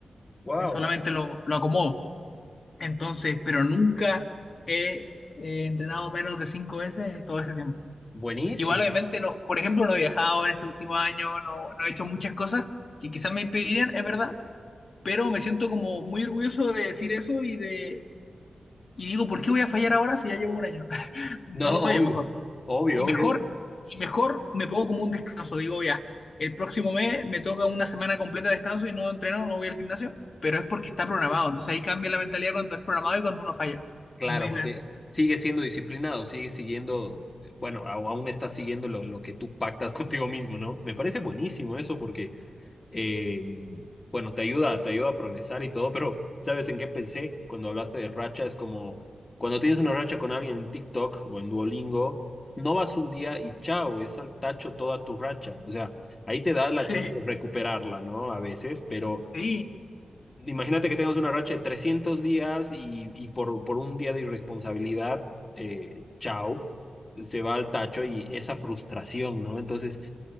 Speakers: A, on the left; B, on the left.
A: Wow,
B: Eh, Solamente lo, lo acomodo. Entonces, pero nunca he eh, entrenado menos de cinco veces en todo ese tiempo.
A: buenísimo.
B: Igual, obviamente, no, por ejemplo, no he viajado en este último año, no, no he hecho muchas cosas que quizás me impedirían, es verdad, pero me siento como muy orgulloso de decir eso y de, y digo, ¿por qué voy a fallar ahora si ya llevo un año? <laughs> No
A: No,
B: lo
A: obvio,
B: fallo mejor.
A: obvio,
B: Y mejor,
A: obvio.
B: y mejor me pongo como un descanso, digo, ya, el próximo mes me toca una semana completa de descanso y no entreno, no voy al gimnasio, pero es porque está programado, entonces ahí cambia la mentalidad cuando es programado y cuando uno falla.
A: Claro,
B: Es muy diferente.
A: porque sigue siendo disciplinado, sigue siguiendo, bueno, au- aún está siguiendo lo, lo que tú pactas <laughs> contigo mismo, ¿no? Me parece buenísimo eso porque, eh, bueno, te ayuda, te ayuda a progresar y todo, pero ¿sabes en qué pensé cuando hablaste de racha? Es como cuando tienes una racha con alguien en TikTok o en Duolingo, no vas un día y chao, es al tacho toda tu racha. O sea, ahí te da la
B: Sí,
A: chance de recuperarla, ¿no? A veces, pero...
B: sí,
A: Imagínate que tengas una racha de 300 días y, y por, por un día de irresponsabilidad, eh, chao, se va al tacho y esa frustración, ¿no? Entonces,